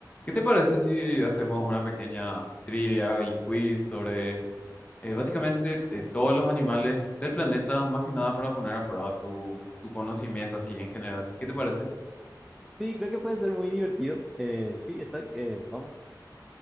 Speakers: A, on the left (about 20°); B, in the centre.
A: ¿Qué te parece si hacemos una pequeña trivia y quiz sobre eh, básicamente eh, todos los animales del planeta, más que nada para poner a prueba tu, tu conocimiento así en general? ¿Qué te parece?
B: Sí, creo que puede ser muy divertido. Eh, sí, está, eh, vamos,